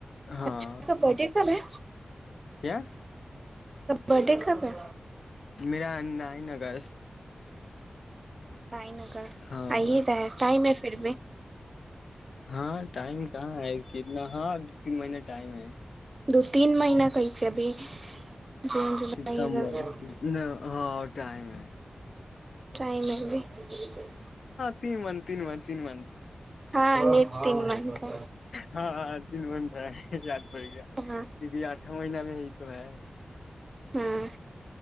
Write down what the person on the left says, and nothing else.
ہاں
کیا
میرا نائن اگست
ہاں
ہاں ٹائم کہاں ہے اس کیتنا ہاں تین مہین ٹائم ہے
ستبر
ہاں ٹائم ہے
تینن من تینن مار تینن من
ہاں تین بند ہے یاد پڑ گیا
کی بھی آٹ اا مہینہ میں ہی تو ہے